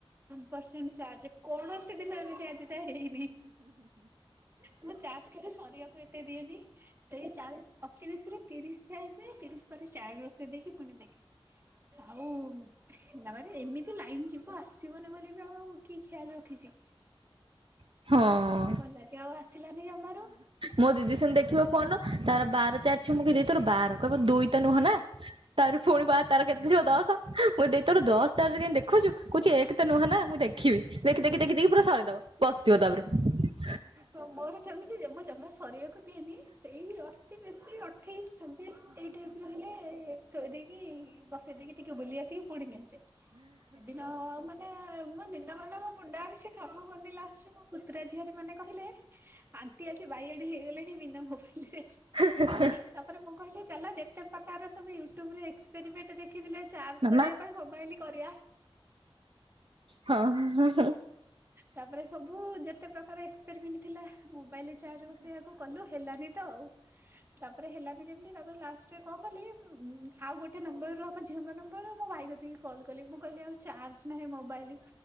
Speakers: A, on the right (about 25°); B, on the right (about 65°).
A: ପରସେଣ୍ଟ ଚାର୍ଜ ଚାର୍ଜ କୌଣସି ଦିନ ଏମିତି ଆଜି ଯାଏଁ ହେଇନି ମୁଁ ଚାର୍ଜ କେବେ ସରିବାକୁ ଏତେ ଦିଏନି। ସେଇ ଚାଳିଶି ଅତି ବେଶୀ ରେ ତିରିଶି ଯାଇ ହୁଏ ତିରିଶି ପରେ ଚାର୍ଜ ବସେଇ ଦେଇକି ପୁଣି ଦେଖେ। ଆଉ ତାପରେ ଏମିତି ଲାଇନି ଯିବ ଆସିବନି ବୋଲି ବି ଆଉ କିଏ ଖିଆଲ୍ ରଖିଛି।
B: ହଁ।
A: ଆଜି ଆଉ ଆସି ଆସିଲାନି ଜମା।
B: ମୋ ଦିଦି ସେମିତି ଦେଖିବ ଫୋନ୍ ତାର ଚାରି ଛିଅ ମୁ କହିଲି ତୋର ବାର କହିବ ଦୁଇ ତ ନୁହଁ ନା। ତାର ପୁଣି ବା ତାର କେତେ ଥିବ ଦଶ ମୁଁ ଦେଇ ତୋର ଦଶ ଚାର୍ଜ ଅଛି କେମିତି ଦେଖୁଛୁ କହୁଛି ଏକ ତ ନୁହିଁ ନାଁ। ନୁହଁ ନା ମୁଁ ଦେଖିବି ଦେଖି ଦେଖି ଦେଖି ଦେଖି ପୁରା ସରେଇଦବ ବସିଥିବ ତାପରେ।
A: ହଁ ମୋର ଯେମିତି ଯେ ମୁଁ ଜମା ସରିବାକୁ ହେଇନି ସେଇ ଅତି ବେଶୀ ଅଠେଇଶ ଛବିଶ ଏଇ ଟାଇପ ର ହେଲେ ଏ ଥୋଇ ଦେଇକି ବସେଇ ଦେଇକି ଟିକେ ବୁଲି ଆସିକି ପୁଣି କେଞ୍ଚେ ସେଦିନ ମାନେ ମୋ ଦିନ ମାନ ମୋ ମୁଣ୍ଡା କିଛି କାମ କରୁନି ଲାଷ୍ଟ ଙ୍କୁ ମୋ ପୁତୁରା ଝିଆରୀ ମାନେ କହିଲେ ଆଣ୍ଟି ଆଜି ବାଇଆଣି ହେଇଗଲେଣି ବିନା ମୋବାଇଲ ରେ
B: ହେ ହେ ହେ
A: ତାପରେ ମୁଁ କହିଲି ଚାଲ ଯେତେ ପ୍ରକାର ସବୁ ୟୁଟ୍ୟୁବରେ ଏକ୍ସପେରିମେଣ୍ଟ ଦେଖିଥିଲେ ଚାର୍ଜ
B: ମାମା
A: କରିବା ପାଇଁ ମୋବାଇଲ କରିବା।
B: ହଁ ହ ହ
A: ତାପରେ ସବୁ ଯେତେ ପ୍ରକାର ଏକ୍ସପେରିମେଣ୍ଟ ଥିଲା ମୋବାଇଲରେ ଚାର୍ଜ ବସେଇବାକୁ କଲୁ ହେଲାନି ତ ଆଉ। ତାପରେ ହେଲାନି ଯେମିତି ତାପରେ ଲାଷ୍ଟରେ କଣ କଲି ଆଉ ଗୋଟେ ନମ୍ବର ରୁ ଆମ ଝିଅଙ୍କ ନମ୍ବର ମୋ ଭାଇ କତିକି କି କଲ କଲି ମୁଁ କହିଲି ଆଉ ଚାର୍ଜ ନାହିଁ ମୋବାଇଲ